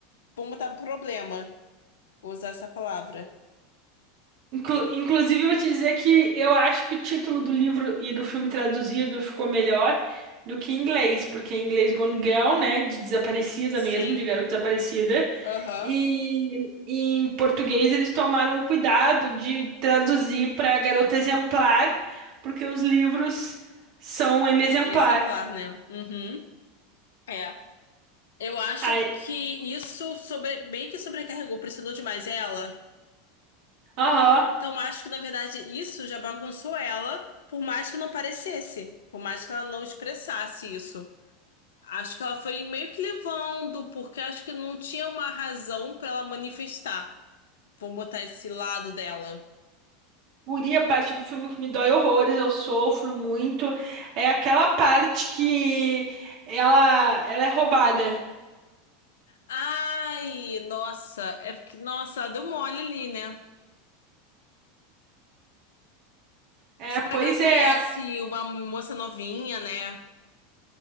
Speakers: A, on the left (about 65°); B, on the right (about 50°).
A: vamos botar, problema, vou usar essa palavra.
B: Inclu- inclusive, vou te dizer que eu acho que o título do livro e do filme traduzido ficou melhor do que em inglês, porque em inglês Gone Girl, né, de desaparecida
A: Sim,
B: mesmo, de garota desaparecida,
A: aham.
B: e, e em português eles tomaram um cuidado de traduzir para garota exemplar, porque os livros são M exemplar.
A: Exemplar, né? Uhum. É. Eu acho
B: Aí,
A: que isso sobre... bem que sobrecarregou, pressionou demais ela.
B: aham.
A: Então acho que, na verdade, isso já bagunçou ela, por mais que não parecesse, por mais que ela não expressasse isso. Acho que ela foi meio que levando, porque acho que não tinha uma razão pra ela manifestar. Vamos botar esse lado dela.
B: Guri, a parte do filme que me dói horrores, eu sofro muito, é aquela parte que ela, ela é roubada.
A: Ai, nossa, é porque, nossa, ela deu mole ali, né?
B: É,
A: Você
B: pois
A: vai que ela conhece
B: é,
A: uma moça novinha, né?